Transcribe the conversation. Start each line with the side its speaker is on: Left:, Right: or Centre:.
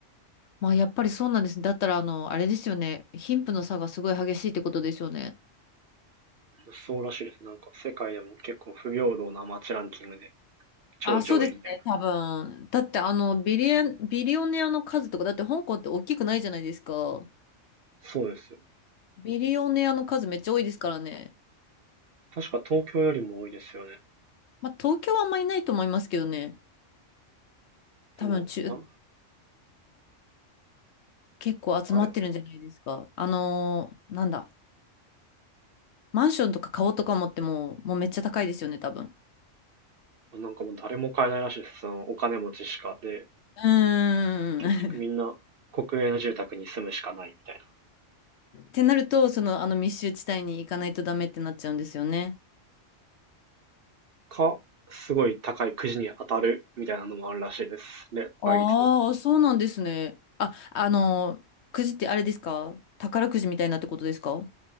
Left: まあ、やっぱりそうなんです。だったら、あの、あれですよね。貧富の差がすごい激しいってことですよね。
Right: そうらしいです。なんか世界でも結構不平等な街ランキングで超上位みたいな。
Left: あ、そうですね、多分。だって、あの、ビリエン、ビリオネアの数とか、だって香港って大きくないじゃないですか。
Right: そうですよ。
Left: ビリオネアの数めっちゃ多いですからね。
Right: 確か東京よりも多いですよね。
Left: まあ、東京はあんまりいないと思いますけどね。多分中、
Right: でも、あ
Left: 結構集まってるんじゃないですか。
Right: あれ
Left: あのーなんだ。マンションとか顔とか持っても、もうめっちゃ高いですよね、多分。う
Right: なんかもう誰も買えないらしいです。そのお金持ちしか。で、
Left: ー
Right: 結局みんな国営の住宅に住むしかないみたいな。
Left: ん。<laughs> ってなると、その、あの密集地帯に行かないとダメってなっちゃうんですよね。
Right: か、すごい高いくじに当たるみたいなのもあるらしいです。で、
Left: ああ、
Right: 倍率の。
Left: そうなんですね。あ、あの、くじってあれですか宝くじみたいなってことですかは